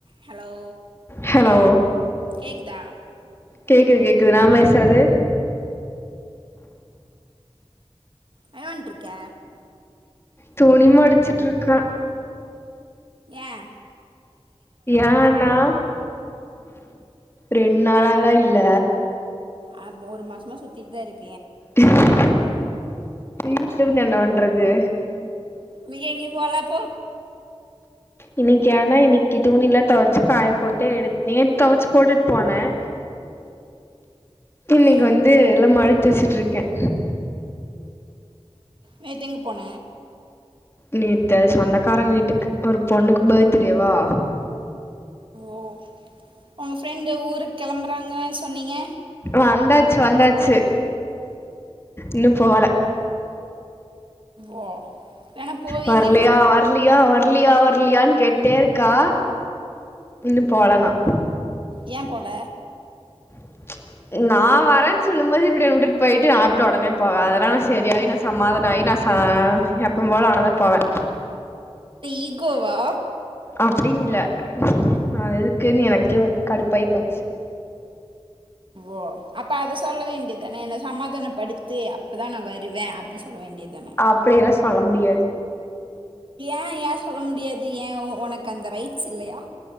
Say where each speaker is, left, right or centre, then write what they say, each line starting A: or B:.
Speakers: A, on the right (about 50°); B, on the left (about 25°).
A: hello
B: hello
A: கேக்குதா
B: கேக்குது கேக்குது நாபேசுறது
A: எங்கவன்ட்டுருக்க
B: துணி மடிச்சுட்டு இருக்கே
A: ஏய
B: ஏன்னா ரெண்டுநாளா ளா இல்ல
A: ஆ மூனு மாசமா சுத்திட்டு தான் இருக்கு
B: ஹூஹூ வீட்டு்ல இருந்து என்ன பண்றது
A: அங்க எங்கயும் போலா போ
B: இன்னைக் ஏனா இன்னைக்கு துணிலாம் துவச்சு காய போட்டு எடு நேற்று துவச்சு போட்டுட்டு போனேன் இன்னைக்கு
A: ஏ
B: வந்து எல்லாம் மடிச்சு வச்சுட்டு இருக்கேன்
A: நேத் எங் போன
B: நேத் சொந்தக்காரங் வீட்டுக்கு ஒரு பொண்ணுக்கு பர்த்டேவா
A: ஓ உங்க ஃப்ரெண்டு ஊருக்கு கிளம்புறாங்க சொன்னிங்க
B: வந்தாச்சு வந்தாச்சு இன்னும் போல
A: ஓ வேணா போவீங்க
B: வரலையா வரலியா வரலியா வரலியான்னு கேட்டே இருக்கா இன்னு போலனா
A: யே போல
B: <inaudible> நான் வரேன்னு சொல்லும் போது இப்படி என் விட்டுட்டு போயிட்டு நான் இப்படி உடனே போவேன் அதெல்லாம் நான் சரியாயி நான் சமாதனோ ஆயி நான் ஹா எப்ப போல ஆனா தான் போவேன்
A: ஈக்கோவா
B: அப்புடின்னு இல்ல நான்எதுக்குன்னு எனக்கே ஒரு கடுப்பாய் போச்சு
A: ஓ அப்ப அதை சொல்ல வேண்டியதானேஎன்ன சமாதான படுத்து அப்பதான் நான் வருவேன் அப்டின்னு சொ சொல்ல வேண்டிய தானே
B: அப்டியெல்லாம் சொல்ல முடியாது
A: ஏன் ஏன் சொல்ல முடியாது ஏன் உனக்கு அந்த ரைட்ஸ் இல்லயா